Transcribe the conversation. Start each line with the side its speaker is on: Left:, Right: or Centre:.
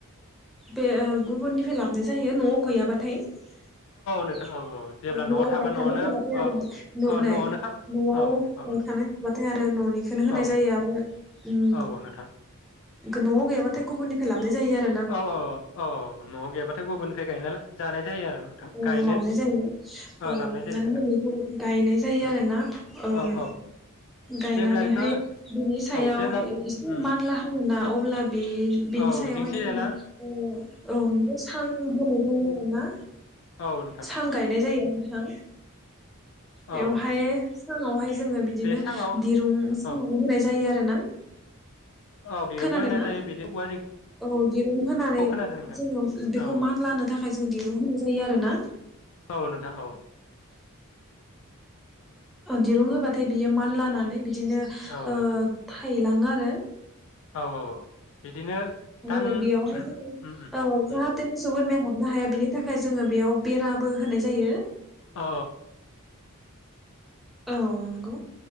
Centre: बे ओ गुबुननिफ्राय लाबनाय जायो न'आव गैयाबाथाय। औ
Left: नोंथां औ जेब्ला
Centre: न'आव
Left: थाबा
Centre: गायखानाय
Left: न'आवनो
Centre: थाबाथाय आरो
Left: औ
Centre: न
Left: औ
Centre: नै
Left: न'आवनो खा
Centre: न'आव
Left: औ औ
Centre: गायखानाय
Left: नोंथां
Centre: थाबाथाय आरो न'निखौनो होनाय
Left: औ
Centre: जायो आरो उम
Left: औ नोंथां
Centre: खो न'आव गैयाबा थाय गुबुननिफ्राय लाबनाय जायो आरो।
Left: औ औ औ न'आव गैयाबाथाय गुबुननिफ्राय गायना जानाय जायो आरो। नोंथां
Centre: औ
Left: गायनो
Centre: लाबनाय जायो औ
Left: लाबोनाय जायो
Centre: लाबनैहाय
Left: नोंथां
Centre: बेखौ गायनाय जायो
Left: उम
Centre: आरोना ओम
Left: औ औ
Centre: गायनानैहाय
Left: जेब्ला बेखौ
Centre: बिनि सायाव
Left: औ जेब्ला
Centre: एसे
Left: उम
Centre: मानला हाङोना अब्ला बे बेनि
Left: औ
Centre: सायावहाय
Left: जेंसि
Centre: जोङो
Left: जेला
Centre: औ ओ सां होनाय जायो आरोना।
Left: औ नोंथां
Centre: सां गायनाय जायो नोंथां बेवहाय
Left: औ
Centre: साङावहाय जोङो बिदिनो
Left: बे सांआव
Centre: दिरुं सोंनानै
Left: औ
Centre: होनाय जायो आरो ना
Left: औ दिरुंबो
Centre: खोनादोंना
Left: होनाय जायो बिदि औवा जों
Centre: औ दिरुं होनानै
Left: औ खोनादों नोंथां
Centre: जोङो बेखौ
Left: औ
Centre: मानलानो थाखाय जों दिरुं होनाय जायो आरोना।
Left: औ नोंथां औ।
Centre: दिरुं होबाथाय बियो मानलानानै बिदिनो ओ
Left: औ नोंथां
Centre: थाइला ङो आरो।
Left: औ औ बिदिनो दान
Centre: आरो बेयावहाय
Left: उम
Centre: जोङो
Left: उम
Centre: ओ
Left: उम
Centre: जाहाथे मोसौ बोरमाया हाबनो हाया बिनि थाखाय जोङो बेयाव बेराबो होनाय जायो।
Left: औ
Centre: औ नंगौ